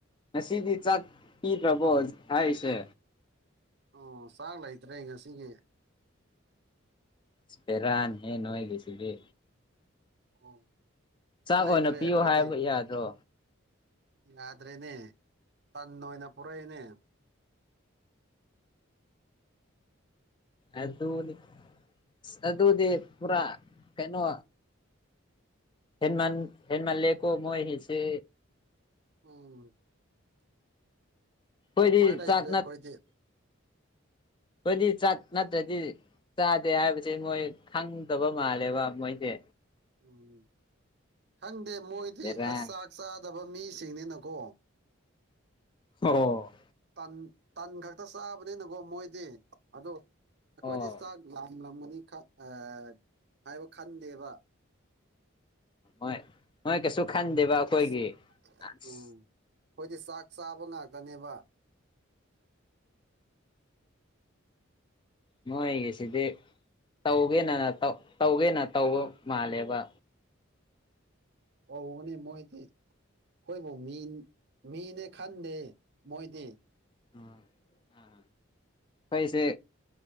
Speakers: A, on the left; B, on the right.
A: ꯉꯁꯤꯗꯤ ꯆꯥꯛ ꯄꯤꯗꯔꯕꯣ ꯍꯥꯏꯁꯦ
B: ꯑꯣ ꯆꯥꯛ ꯂꯩꯇ꯭ꯔꯦ ꯉꯁꯤꯒꯤ
A: ꯏꯁ ꯄꯦꯔꯥ ꯅꯦ ꯅꯣꯏꯒꯤꯖꯤꯗꯤ
B: ꯑꯣ ꯎꯄꯥꯏ
A: ꯆꯥꯛ
B: ꯂꯩꯇ꯭ꯔꯦ
A: ꯑꯣꯏꯅ ꯄꯤꯌꯣ
B: ꯑꯩꯈꯣꯏꯗꯤ
A: ꯍꯥꯏꯕ ꯌꯥꯗ꯭ꯔꯣ
B: ꯌꯥꯗ꯭ꯔꯦꯅꯦ ꯇꯟ ꯑꯣꯏꯅ ꯄꯨꯔꯛꯑꯦꯅꯦ
A: ꯑꯗꯨꯅꯤ ꯑꯁ ꯑꯗꯨꯗꯤ ꯄꯨꯔꯥ ꯀꯩꯅꯣ ꯍꯦꯟꯃꯜ ꯍꯦꯟꯃꯜ ꯂꯦꯀꯣ ꯃꯣꯏ ꯒꯤꯁꯦ
B: ꯎꯝ
A: ꯑꯩꯈꯣꯏꯗꯤ
B: ꯎꯄꯥꯏ ꯂꯩꯇꯔꯦ
A: ꯆꯥꯛ
B: ꯑꯈꯣꯏꯗꯤ
A: ꯑꯈꯣꯏꯗꯤ ꯆꯥꯛ ꯅꯠꯇ꯭ꯔꯗꯤ ꯆꯥꯗꯦ ꯍꯥꯏꯕꯁꯦ ꯃꯣꯏ ꯈꯪꯗꯕ ꯃꯥꯜꯂꯦꯕ ꯃꯣꯏꯁꯦ
B: ꯎꯝ ꯈꯪꯗꯦ ꯃꯣꯏꯗꯤ
A: ꯕꯦꯔꯥꯅꯤ
B: ꯑꯁ ꯆꯥꯛ ꯆꯥꯗꯕ ꯃꯤꯁꯤꯡꯅꯤꯅꯀꯣ
A: ꯑꯣ
B: ꯇꯟ ꯇꯟ ꯈꯛꯇ ꯆꯥꯕꯅꯤꯅꯀꯣ ꯃꯣꯏꯗꯤ ꯑꯗꯣ ꯑꯩꯈꯣꯏꯗꯤ
A: ꯑꯣ
B: ꯆꯥꯛ ꯂꯥꯝ ꯂꯥꯝꯃꯅꯤ ꯈꯛ ꯍꯥꯥ ꯍꯥꯏꯕ ꯈꯟꯗꯦꯕ
A: ꯍꯣꯏ ꯅꯣꯏ ꯀꯩꯁꯨ ꯈꯟꯗꯦꯕ
B: ꯑꯩꯈꯣꯏꯗꯤ
A: ꯑꯩꯈꯣꯏꯒꯤ ꯑꯁ
B: ꯎꯝ ꯑꯩꯈꯣꯏꯗꯤ ꯆꯥꯛ ꯆꯥꯕ ꯉꯥꯛꯇꯅꯦꯕ
A: ꯃꯣꯏꯒꯤꯁꯤꯗꯤ ꯇꯧꯒꯦꯅ ꯇꯧꯒꯦꯅ ꯇꯧꯕ ꯃꯥꯜꯂꯦꯕ
B: ꯑ ꯑꯧꯕꯅꯦ ꯃꯣꯏꯗꯤ ꯑꯩꯈꯣꯏꯕꯨ ꯃꯤ ꯃꯤꯅꯦ ꯈꯟꯗꯦ ꯃꯣꯏꯗꯤ
A: ꯑ ꯑ ꯑꯩꯁꯦ